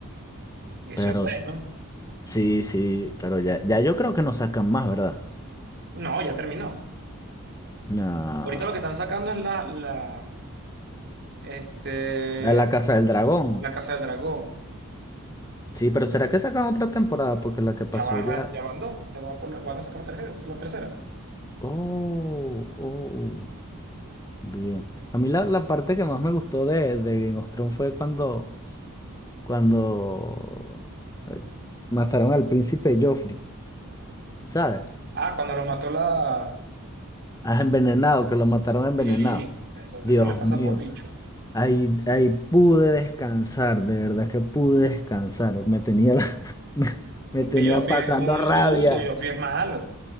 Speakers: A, on the right; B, on the left.
A: Eso
B: Pero
A: es bueno.
B: Sí, sí, pero ya, ya yo creo que no sacan más, ¿verdad?
A: No, ya terminó.
B: Ah,
A: Ahorita lo que están sacando es la, la, este,
B: la de la Casa del Dragón.
A: la Casa del Dragón.
B: Sí, pero ¿será que sacan otra temporada? Porque la que pasó
A: Ya van,
B: ya.
A: a- ya van dos, ya va por la- van a sacar la tercera, la tercera.
B: Oh, oh, bien. A mí la, la parte que más me gustó de, de Game of Thrones fue cuando, cuando eh, mataron al príncipe Joffrey, ¿sabes?
A: Ah, cuando lo mató la...
B: Ah, envenenado, que lo mataron envenenado.
A: Sí, eso,
B: Dios
A: eso le pasa
B: mío.
A: por bicho.
B: Ahí, ahí pude descansar, de verdad que pude descansar. Me tenía, la- <laughs> me, me tenía
A: Que Joffrey
B: pasando
A: es un
B: rabia.
A: sucio, Joffrey es malo.